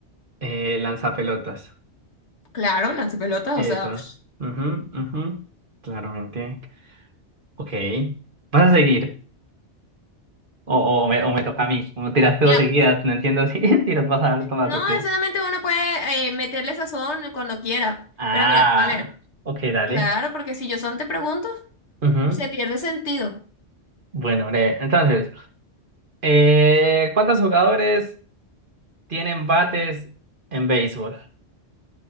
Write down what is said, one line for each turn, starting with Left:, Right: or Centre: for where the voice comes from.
Right: Eh, lanzapelotas.
Left: Claro, lanza pelotas,
Right: Eso.
Left: o sea, pf,
Right: mhm mhm Claramente. Ok. ¿Vas a seguir? O, o, me, o me toca a mí. Como tiraste
Left: mira,
Right: dos seguidas. No entiendo si, <laughs> si las vas a dar todas
Left: no
Right: o qué.
Left: necesariamente uno puede eh, meterle sazón cuando quiera,
Right: Ah.
Left: pero mira, a ver,
Right: Ok, dale.
Left: Claro, porque si yo solo te pregunto,
Right: mhm
Left: se pierde sentido.
Right: Bueno, breve. Entonces, eh, ¿cuántos jugadores tienen bates en béisbol?